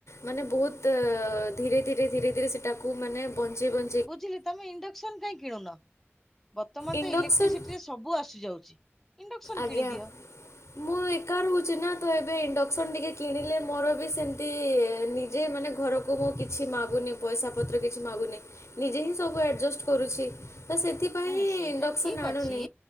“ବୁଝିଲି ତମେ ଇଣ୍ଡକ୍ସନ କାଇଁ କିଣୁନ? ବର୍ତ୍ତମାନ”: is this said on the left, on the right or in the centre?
Centre